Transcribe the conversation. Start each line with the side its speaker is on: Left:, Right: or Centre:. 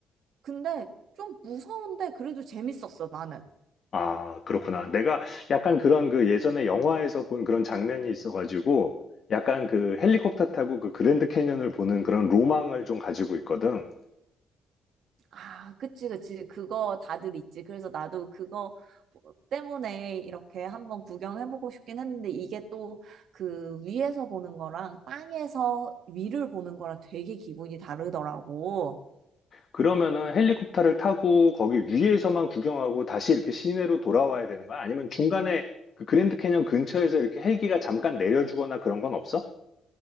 Right: 근데 좀 무서운데 그래도 재밌었어, 나는.
Left: 아, 그렇구나. 내가 약간 그런 그 예전에 영화에서 본 그런 장면이 있어가지고, 약간 그 헬리콥터 타고 그 그랜드 캐년을 보는 그런 로망을 좀 가지고 있거든.
Right: 아, 그치, 그치. 그거 다들 있지. 그래서 나도 그거 뭐 때문에 이렇게 한번 구경해보고 싶긴 했는데 이게 또 그 위에서 보는 거랑 땅에서 위를 보는 거랑 되게 기분이 다르더라고.
Left: 그러면은 헬리콥터를 타고 거기 위에서만 구경하고 다시 이렇게 시내로 돌아와야 되는 거야? 아니면 중간에 그 그랜드 캐년 근처에서 이렇게 헬기가 잠깐 내려주거나 그런 건 없어?